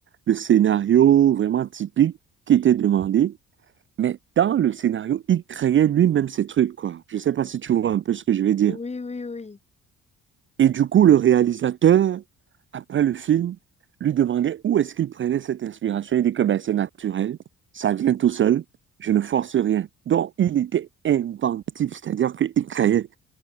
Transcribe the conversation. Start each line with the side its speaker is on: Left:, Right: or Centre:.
Right: le scénario vraiment typique qui était demandé, mais dans le scénario, il créait lui-même ses trucs, quoi. Je sais pas si tu vois un peu ce que je vais dire.
Left: Oui, oui, oui.
Right: Et du coup, le réalisateur, après le film, lui demandait où est-ce qu'il prenait cette inspiration. Il dit que ben, c'est naturel, ça vient tout seul, je ne force rien. Donc, il était inventif, c'est-à-dire qu'il créait.